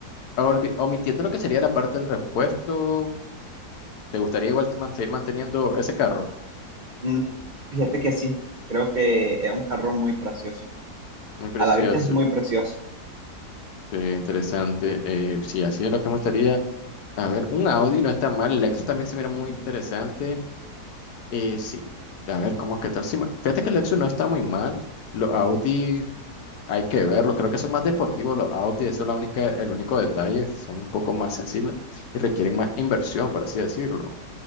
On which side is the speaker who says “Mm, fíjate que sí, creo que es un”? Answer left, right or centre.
Right